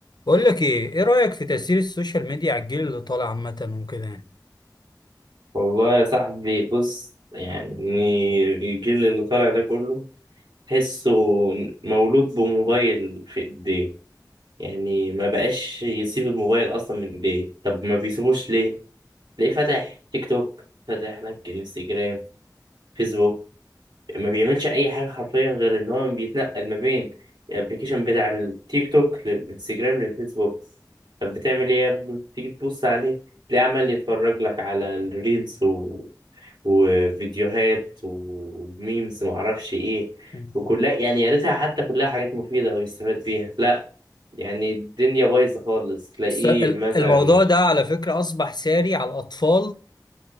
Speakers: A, on the left; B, on the right.
A: بقول لك ايه ايه رأيك في تأثير السوشيال ميديا على الجيل اللي طالع عامة وكده يعني
B: والله يا صاحبي بص يعني الجيل اللي طالع ده كله تحسه مولود بموبايل في ايديه يعني ما بقاش يسيب الموبايل اصلا من ايديه طب ما بيسيبوش ليه تلاقيه فاتح تيك توك فاتح لك انستجرام فيسبوك ما بيعملش اي حاجه حرفيا غير ان هو بيتنقل ما بين الابليكيشن بتاع التيك توك للانستجرام للفيسبوك طب بتعمل ايه يا ابني تيجي تبص عليه تلاقيه عمال يتفرج لك على الريلز وفيديوهات وميمز ومعرفش ايه
A: مم.
B: وكلها يعني يا ريتها حتى كلها حاجات مفيدة ويستفاد بيها لا يعني الدنيا بايظة خالص تلاقيه
A: الس- ال-
B: مثلا
A: الموضوع ده على فكرة أصبح ساري على الأطفال